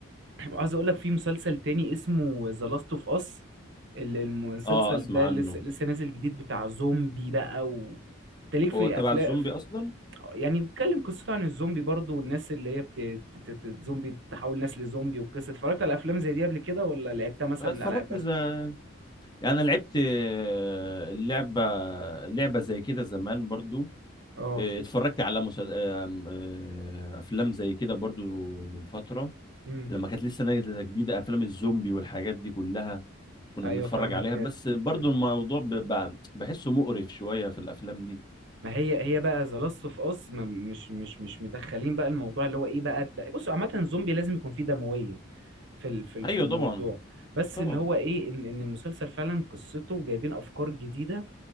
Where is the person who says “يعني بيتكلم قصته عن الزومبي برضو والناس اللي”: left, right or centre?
Right